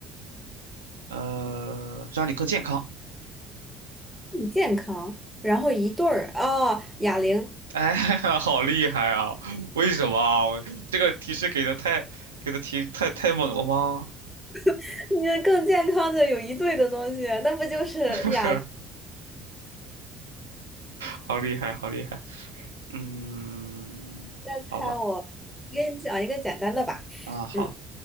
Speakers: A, on the right; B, in the centre.
A: 呃，让你更健康。
B: 更健康，然后一对儿哦，哑铃，
A: 哎，<laughs> 好厉害啊！为什么啊我这个提示给的太给的提太太猛了吗？
B: <laughs> 你这更健康的有一对的东西，那不就是哑铃？
A: <laughs> 好厉害，好厉害。嗯，
B: 再猜我，
A: 好吧，
B: 我给你讲一个简单的吧，
A: 啊，好，
B: 嗯，